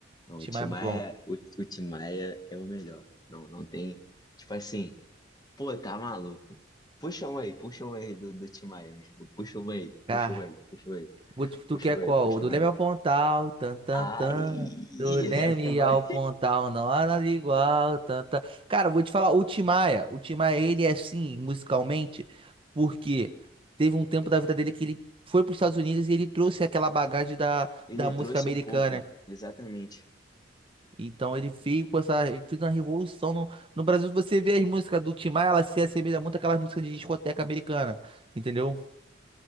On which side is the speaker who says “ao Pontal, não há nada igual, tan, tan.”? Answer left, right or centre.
Right